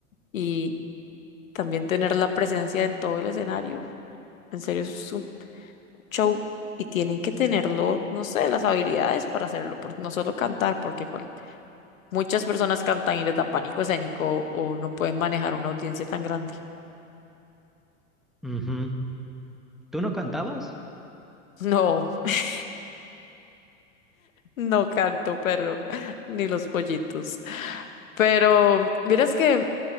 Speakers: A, on the left; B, in the centre.
A: y también tener la presencia en todo el escenario. En serio, eso es un show y tienen que tenerlo, no sé, las habilidades para hacerlo, por- no solo cantar, porque cual- muchas personas cantan y les da pánico escénico o no pueden manejar una audiencia tan grande.
B: Ujú. ¿Tú no cantabas?
A: No, <laughs> no canto, pero <laughs> ni los pollitos. Pero miras que